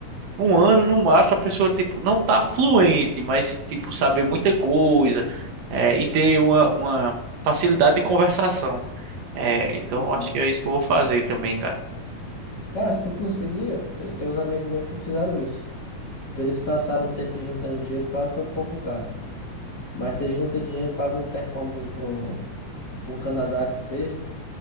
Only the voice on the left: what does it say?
uhum,
uhum.
Cara, se tu conseguir, eu tenho uns amigos meus que fizeram isso. Tipo, eles passaram um tempinho juntando dinheiro, claro que é um pouco caro. Mas você junta dinheiro, paga um intercâmbio para um, tipo, um Canadá que seja.